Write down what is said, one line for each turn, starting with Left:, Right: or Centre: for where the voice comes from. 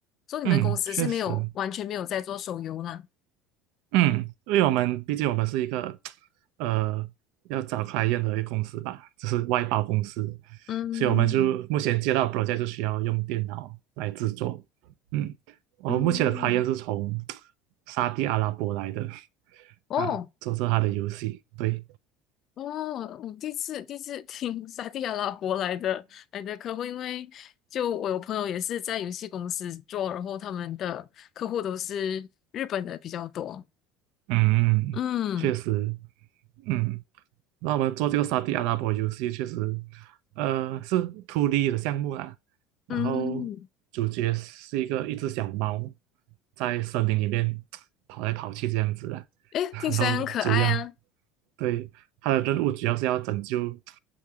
Left: 所以你们公司是没有完全没有在做手游啦。
Right: 嗯，确实。嗯，因为我们毕竟我们是一个 <tsk> 呃要找 client 的一个公司吧，就是外包公司，
Left: 嗯
Right: 所以我们就目前接到的 project 就需要用电脑来制作。嗯，我们目前的
Left: 嗯，
Right: client 是从 <tsk> 沙地阿拉伯来的
Left: 哦，
Right: 啊，做着他的游戏。对，
Left: 哦，我第一次第一次听 <laughs> 沙地阿拉伯来的来的客户，因为就我有朋友也是在游戏公司做，然后他们的客户都是日本的比较多。
Right: 嗯，
Left: 嗯
Right: 确实，嗯。那我们做这个沙地阿拉伯游戏，确实，呃，是 two d 的项目啦。然后主角是一个一只小猫，
Left: 嗯，
Right: 在森林里面跑来跑去这样子啦。
Left: 诶，
Right: 然后主要
Left: 听起来很可爱啊。
Right: 对它的任务主要是要拯救